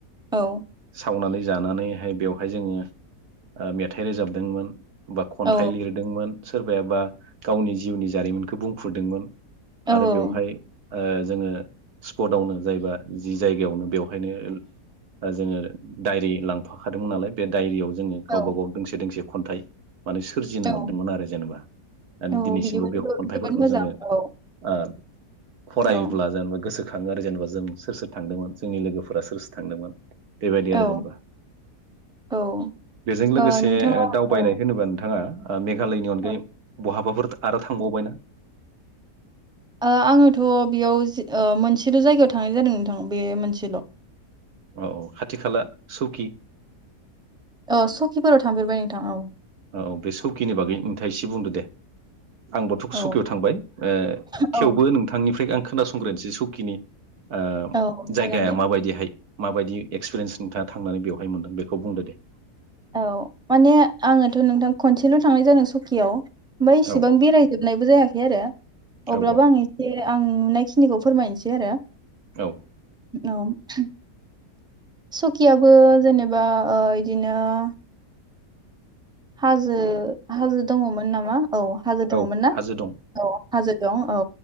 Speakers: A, in the centre; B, on the right.
A: औ।
B: सावनानै जानानैहाय बेवहाय जोङो ओ मेथाइ रोजाबदोंमोन। बा खन्थाइ
A: औ
B: लिरदोंमोन सोरबायाबा गावनि जिउनि जारिमिनखौ बुंफ्रुदोंमोन।
A: औ
B: आरो बेवहाय ओ जोङो स्पटावनो जायबा जि जायगायावनो बेवहायनो जोङो दायरि लांफाखादोंमोन नालाय बे दायरियाव जो जोङो
A: औ
B: गावबा गाव दोंसे दोंसे खन्थाइ माने सोरजिनो
A: औ
B: मोन्दोंमोन आरो जेनेबा
A: औ
B: दिनैसिमबो
A: बिदिबो जोबोद
B: बे खन्थाइफोरखौ
A: जोबोद मोजां
B: जोंङो
A: औ
B: आ फरायोब्ला
A: औ
B: जेनेबा गोसोखौ खांङो आरो जेनेबा जों सोर सोर थांदोंमोन जोंनि लोगोफोरा सोर सोर थांदोंमोन बेबायदि
A: औ
B: आरो जेनेबा
A: औ
B: बेजों लोगोसे
A: ओ नोंथाङा
B: दावबायनाय
A: औ
B: होनोबा नोंथाङा आ मेघालयनि अनगायै
A: औ
B: बहाबाफोर आरो थांबावबायना
A: आङोथ' बेयाव ओ मोनसेल' जायगायाव थांनाय जादों नोंथां बे मोनसेल'
B: औ औ खाथि खाला सौकि
A: अ सकिफोराव थांफेरबाय नोंथां औ
B: औ बे सौकिनि बागै नोंथाङा एसे बुंदो दे आंबोथ' सुकियाव
A: औ
B: थांबाय
A: औ
B: थेवबो नोंथांनिफ्राय आं खोनासं बुंग्रोनोसै सुकिनि ओ
A: औ जागोन
B: जायगाया
A: दे
B: माबायदिहाय माबायदि एक्सपिरियेन्स नोंथांङा थांनानै बेवहाय मोनदों बेखौ बुंदो दे
A: औ माने आङोथ' नोंथां खनसेल' थांनाय जादों सकियाव ओमफ्राय इसेबां
B: औ
A: बेरायजोबनायबो जायाखै आरो
B: औ
A: अब्लाबो आं एसे आं नुनायखिनिखौ फोरमायनोसै आरो
B: औ
A: औ सकियाबो जेनेबा ओ इदिनो ओ हाजो हाजो हाजो दङ'मोन नामा औ हाजो दङमोन
B: औ
A: ना
B: हाजो दं
A: औ हाजो दं औ